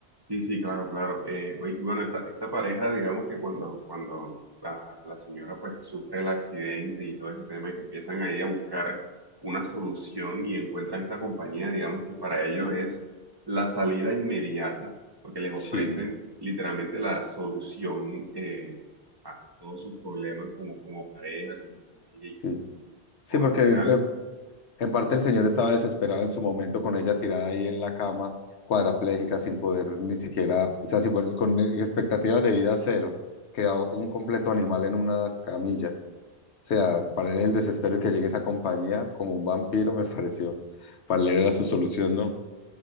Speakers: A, on the right; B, on the left.
A: Sí, sí, claro, claro. Eh, oye, y bueno, esta, esta pareja, digamos que cuando, cuando la, la señora pues sufre el accidente y todo ese tema y que empiezan ahí a buscar una solución y encuentran esta compañía, digamos que para ellos es la salida inmediata, porque les ofrecen
B: Sí,
A: literalmente la solución eh, a todos sus problemas como, como pareja, como familia y
B: sí. Sí,
A: todo
B: porque
A: en general.
B: eh, en parte el señor estaba desesperado en su momento con ella tirada ahí en la cama, cuadraplégica, sin poder ni siquiera, o sea, sin poder- con expectativas de vida cero, quedaba un completo animal en una camilla. O sea, para él el desespero y que llegue esa compañía como un vampiro me <laughs> pareció. Para él era su solución, ¿no?